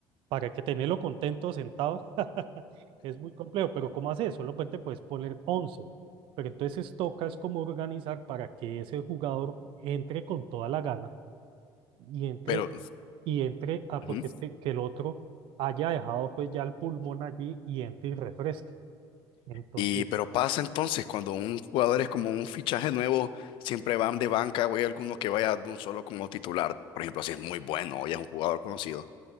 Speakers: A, on the right; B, on the left.
A: para que tenerlo contento sentado <laughs> es muy complejo, pero ¿cómo hace eso? Solamente puedes poner once pero entonces toca es como organizar para que ese jugador entre con toda la gana y entre,
B: Pero,
A: y entre, ah,
B: ujú.
A: porque es que, que el otro haya dejado pues ya el pulmón allí y entre y refresque. Entonces,
B: Y, pero pasa entonces cuando un jugador es como un fichaje nuevo, siempre van de banca o hay alguno que vaya de un solo como titular. Por ejemplo, si es muy bueno o ya es un jugador conocido.